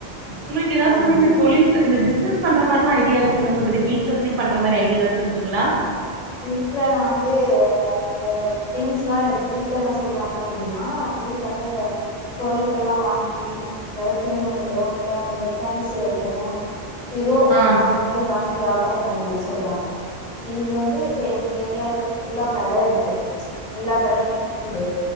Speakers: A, on the right (about 60°); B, on the left (about 45°).
A: உங்களுக்கு ஏதாச்சு
B: ஆ
A: வந்து இந்த தொழில் இந்த து பிஸ்னஸ் பண்ற மாரியெலா ஐடியா இருங்கள சகோதரி வீட்டுல இருந்தே பண்ற மாரி ஐடியா ஏதாச்சு இருக்குதுங்களா
B: வீட்ல நா வந்து அந்த திங்ஸ் எல்லா எடுத்து வீட்டுல என்ன சொல்றாங்க அப்டின்னா வீட்டுல வந்து அந்த பொருட்கல்லா வாங்கி அதாது துணிமணிகளோ இல்ல அந்த பேன்சி ஐட்டமோ ஏதோ
A: ஆ
B: அந்த மாரி வாங்கி வியாபாரோ பண்ணுங்கனு சொல்றாங்க இது வந்து ந்து இப்ப எங்க ஏரியால வந்து புல்லா கட இருக்கு எல்லா கடையுமே இருக்குது